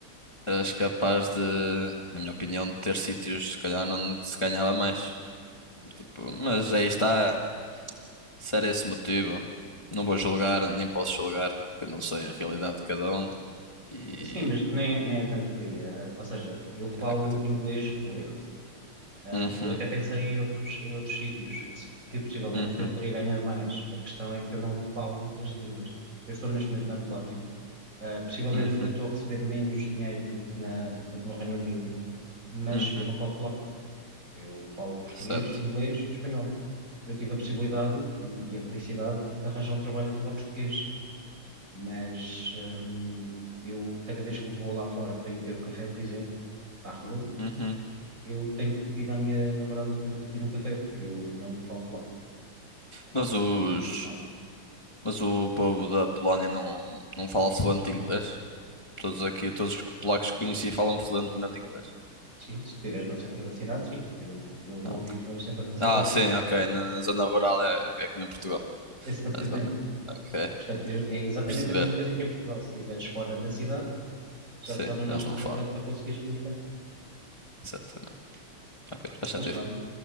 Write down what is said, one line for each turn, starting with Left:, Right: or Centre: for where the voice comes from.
Left: eras capaz de, na minha opinião, de ter sítios, se calhar, onde se ganhava mais. Tipo, mas aí está. Se era esse o motivo, não vou julgar, nem posso julgar, porque eu não sei a realidade de cada um. E.
Right: Sim, mas nem, nem é tanto por aí. Ah, ou seja, eu falo
Left: Era o que eu tenho-
Right: inglês fluente. Ah,
Left: Uhum,
Right: eu até pensei em outros, em outros sítios que, se- que possivelmente
Left: uhum,
Right: até poderia ganhar mais. A questão é que eu não falo as línguas. Eu estou neste momento na Polónia. Ah, possivelmente
Left: uhum,
Right: até estou a receber menos dinheiro do que, na- do que no Reino Unido, mas
Left: uhum,
Right: eu não falo polaco. Eu falo português,
Left: certo.
Right: inglês e espanhol. Eu tive a possibilidade e, e a felicidade de arranjar um trabalho a falar português, mas hum, eu cada vez que vou lá fora para ir beber um café, por exemplo, à rua,
Left: Uhum.
Right: eu tenho que pedir à minha namorada para me pedir um café, porque eu não falo logo,
Left: Mas os.
Right: portanto é muito mau.
Left: Mas o povo da Polónia não, não fala fluente inglês? Todos aqui, todos os polacos que conheci falam fluentemente inglês.
Right: Sim, se estiveres no centro da cidade, sim. Eu, eu não
Left: Ah, ok.
Right: vivo no centro da cidade.
Left: Ah, sim, ok. Na zona rural é, ok,
Right: <laughs>
Left: é como em Portugal.
Right: Exato. Exatamente.
Left: Exatamente. Ok, estou
Right: Portanto, eu- é exatamente
Left: a perceber.
Right: a mesma coisa que em Portugal. Se estiveres fora da cidade, já
Left: Sim,
Right: se torna mais
Left: eles
Right: complicado
Left: não falam.
Right: para conseguires comunicar.
Left: Exatamente. Ok, faz sentido.
Right: Mas pronto,